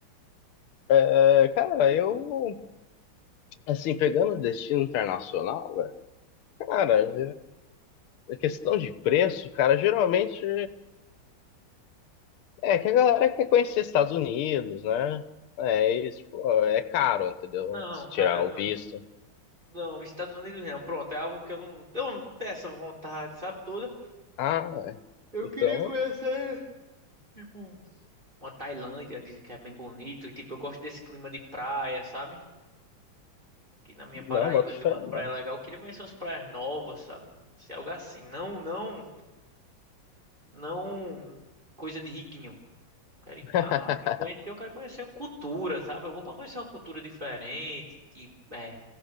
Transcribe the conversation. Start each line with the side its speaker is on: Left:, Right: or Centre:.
Left: É, cara, eu, assim, pegando o destino internacional, velho, cara, é, a questão de preço, cara, geralmente é que a galera quer conhecer Estados Unidos, né? É, isso, pô, é caro, entendeu?
Right: Não,
Left: Se
Right: cara,
Left: tirar
Right: não.
Left: o visto.
Right: Não, Estados Unidos não. Pronto, é algo que eu não, eu não tenho essa vontade, sabe, toda.
Left: Ah, é.
Right: Eu
Left: então,
Right: queria conhecer, tipo, uma Tailândia, dizem que é bem bonito. E, tipo, eu gosto desse clima de praia, sabe? Aqui na minha Paraíba
Left: não, boto
Right: tem
Left: fé,
Right: umas
Left: não.
Right: praias legais. Eu queria conhecer umas praias novas, sabe? Se algo assim. Não, não, não coisa de riquinho. Quero ir
Left: <laughs>
Right: pra, assim, conhecer, eu quero conhecer cultura, sabe? Eu vou pra conhecer uma cultura diferente, tipo, é,